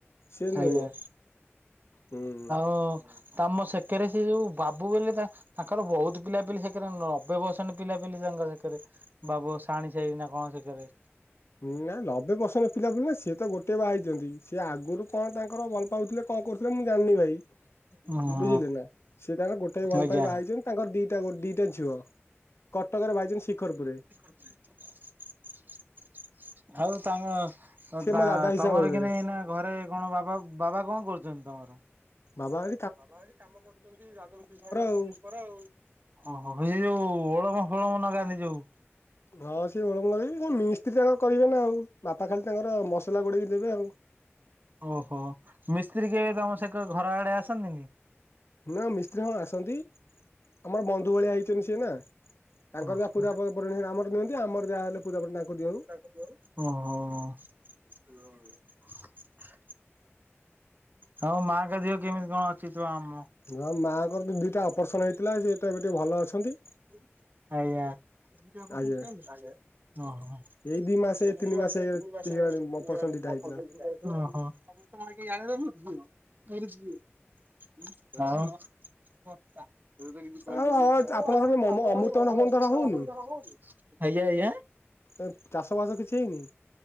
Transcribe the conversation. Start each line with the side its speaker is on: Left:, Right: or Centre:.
Left: ସେ ନୁହେଁ
Right: ଆଜ୍ଞା।
Left: ହୁଁ।
Right: ହଁ ତମ ସେକାରେ ସେ ଯୋଉ ବାବୁ ବୋଲି ତାଙ୍କର ବହୁତ ପିଲା ବୋଲି ସେ ସେ ନବେ ପରସେଣ୍ଟ ପିଲା ପିଲି ତାଙ୍କ ସେଖରେ ବାବୁ ଶାଣି ସାଇ ନା କଣ ସେଖରେ?
Left: ହଁ ନା ଲବେ ପସନ୍ଦ ପିଲା ପିଲି ନା ସିଏ ତ ଗୋଟେ ବାହା ହେଇଛନ୍ତି ସିଏ ଆଗରୁ କଣ ତାଙ୍କର ପାଉଥିଲେ କଣ କରୁଥିଲେ ମୁଁ ଜାଣିନି ଭାଇ।
Right: ହଁ
Left: ବୁଝିଲେ ନା ସିଏ ତାଙ୍କର ଗୋଟେ ଭଲ
Right: ଆଜ୍ଞା
Left: ପାଇଁ ବା ହେଇଛନ୍ତି ତାଙ୍କର ଦିଟା ଦିଟା ଝିଅ। କଟକରେ ଭାଇଚନ୍ ଶିଖରପୁର ରେ।
Right: କର ଆଉ ତାଙ୍କ
Left: ସିଏ ମୋ ଦାଦା ହିସାବ
Right: ତମର
Left: ହେବେ
Right: କି ନେ ଏଇନା ଘରେ କଣ ବାବା ବାବା କଣ କରୁଛନ୍ତି ତମର?
Left: ବାବା ଆ
Right: ବାବା ଏଇଠି କାମ କରୁଛନ୍ତି ରାଗରୁ ଦଇ ଭବା
Left: ଆଉ
Right: ତ ହଲ କର ଆଉ। ଓହୋ ଏ ଯୋଉ ଓଳମ ଫଳମ ନଗାନ୍ତି ଯୋଉ
Left: ହଁ ସେଏ ଓଳମ କରିବି ସେ ମିସ୍ତ୍ରୀ ତାଙ୍କର କରିବେ ନା ଆଉ ବାପା ଖାଲି ତାଙ୍କର ମସଲା ଗୋଳେଇକି ଦେବେ ଆଉ।
Right: ଓହୋ ମିସ୍ତ୍ରୀ କେବେ ତମ ସେ ଘର ଆଡ଼େ ଆସନ୍ତିନି?
Left: ନା ମିସ୍ତ୍ରୀ ହଁ ଆସନ୍ତି। ଆମର ବନ୍ଧୁ ଭଳିଆ ହେଇଛନ୍ତି ସିଏ ନା ତାଙ୍କର
Right: ଓହୋ
Left: ଯାହା ପୂଜା ପରିଣ ଆମର ଦିଅନ୍ତି ଆମର ଯାହା ହେଲେ ପୂଜା ପରି ତାଙ୍କୁ ଦିଅନ୍ତି।
Right: ହଁ ହଁ ହଁ <unintelligible> ହଁ ମାଙ୍କ ଦେହ କେମିତି କଣ ଅଛି ତୁ ଆମ
Left: ହ ମାଆଙ୍କର ଦିଟା ଅପରେସନ ହେଇଥିଲା ସେ ତ ଏବେ ଟିକେ ଭଲ ଅଛନ୍ତି।
Right: ଆଜ୍ଞା ଓ ହୋ।
Left: ଆଜ୍ଞା
Right: ଏଇ ଦି
Left: ଏଇ ମାସେ ତିନି
Right: ମାସେ
Left: ହେଇଗଲାଣି
Right: ତିନି
Left: ଅପରେସନ ଦିଟା
Right: ମାସେ
Left: ହେଇଥିଲା।
Right: <unintelligible> ହଁ ହଁ। <unintelligible> ଆଉ। <unintelligible> ଆଜ୍ଞା ଆଜ୍ଞା।
Left: ଆଉ ଆପଣଙ୍କ ଘରେ ଅମ ଅମୃତଭଣ୍ଡା ଫମୃତଭଣ୍ଡା ହଉନି? ସେ ଚାଷବାସ କିଛି ହେଇନି।